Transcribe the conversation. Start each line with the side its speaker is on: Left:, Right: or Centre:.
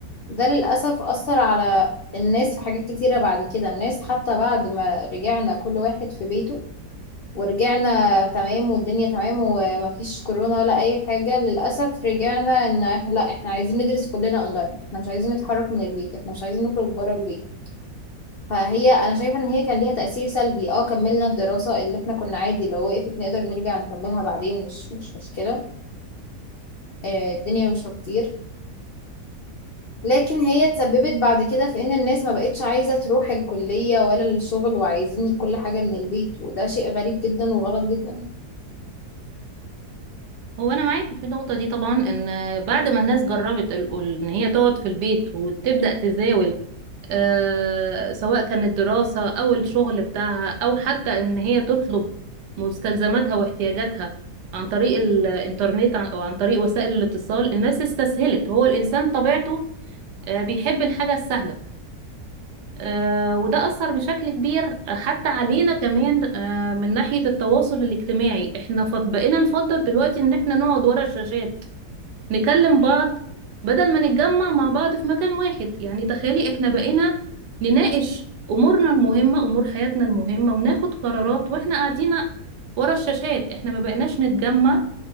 Left: ده للأسف أثر على الناس في حاجات كتيرة بعد كده الناس حتى بعد ما رجعنا كل واحد في بيته ورجعنا تمام والدنيا تمام ومفيش كورونا ولا اي حاجة للأسف رجعنا ان إح- لا احنا عايزين ندرس كلنا اونلاين احنا مش عايزين نتحرك من البيت احنا مش عايزين نخرج بره البيت فهي انا شايفة ان هي كان ليها تأثير سلبي اه كملنا الدراسة اللي احنا كنا عادي لو وقفت نقدر نرجع نكملها بعدين مش مش مشكلة آه الدنيا مش هتطير لكن هي اتسببت بعد كده في ان الناس ما بقتش عايزة تروح الكلية ولا الشغل وعايزين كل حاجة من البيت وده شيء غريب جدا وغلط جدا يعني
Right: هو أنا معاك في النقطة دي طبعا إن بعد ما الناس جربت ال- ال- إن هي تقعد في البيت وتبدأ تزاول آه، سواء كانت دراسة أو الشغل بتاعها أو حتى إن هي تطلب مستلزماتها واحتياجاتها عن طريق الإنترنت عن- أو عن طريق وسائل الاتصال الناس استسهلت هو الإنسان طبيعته آه، بيحب الحاجة السهلة آه، وده أثر بشكل كبير حتى علينا كمان آه، من ناحية التواصل الاجتماعي احنا فض- بقينا نفضل دلوقتي إن احنا نقعد ورا الشاشات نكلم بعض بدل ما نتجمع مع بعض في مكان واحد يعني تخيلي احنا بقينا نناقش امورنا المهمة امور حياتنا المهمة وناخد قرارات واحنا قاعدين ورا الشاشات احنا ما بقيناش نتجمع